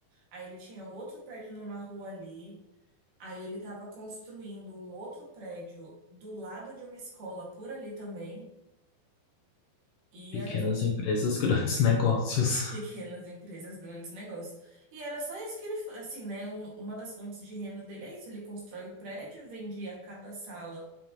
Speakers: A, on the right; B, on the left.
A: Aí ele tinha um outro prédio numa rua ali. Aí ele estava construindo um outro prédio do lado de uma escola por ali também. E
B: Pequenas
A: é tu-
B: empresas, grandes <laughs> negócios.
A: pequenas empresas, grandes negócios. E era só isso que ele, fa- assim, né? um- uma das fontes de renda dele é isso. Ele constrói o prédio, vendia cada sala